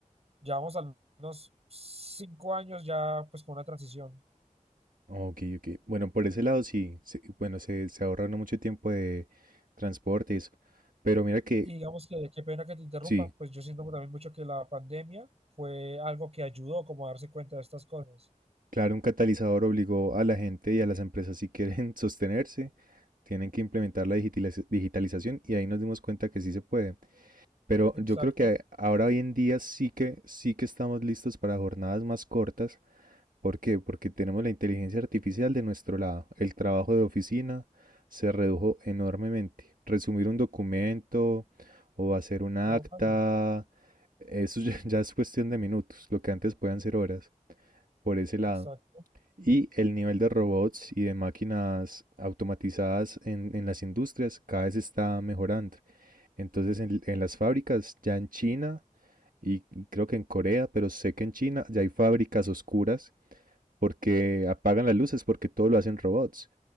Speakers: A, on the right; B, on the right.
A: llevamos al menos cinco años ya pues con una transición.
B: Ok, ok. Bueno, por ese lado sí, sí, bueno, se, se ahorra uno mucho tiempo de transporte y eso. Pero mira que
A: Y digamos que qué pena que te interrumpa,
B: sí,
A: pues yo siento también mucho que la pandemia fue algo que ayudó como a darse cuenta de estas cosas.
B: claro, un catalizador obligó a la gente y a las empresas si quieren <laughs> sostenerse, tienen que implementar la digitaliz- digitalización y ahí nos dimos cuenta que sí se puede. Pero
A: Exacto,
B: yo creo que ahora hoy en día sí que sí que estamos listos para jornadas más cortas ¿Por qué? Porque tenemos la inteligencia artificial de nuestro lado. El trabajo de oficina se redujo enormemente. Resumir un documento o hacer una
A: todo
B: acta,
A: fácil,
B: eso ya, <laughs> ya es cuestión de minutos, lo que antes podían ser horas, por ese lado.
A: exacto,
B: Y el nivel de robots y de máquinas automatizadas en, en las industrias cada vez está mejorando. Entonces en, en las fábricas, ya en China y y creo que en Corea, pero sé que en China ya hay fábricas oscuras porque apagan las luces, porque todo lo hacen robots.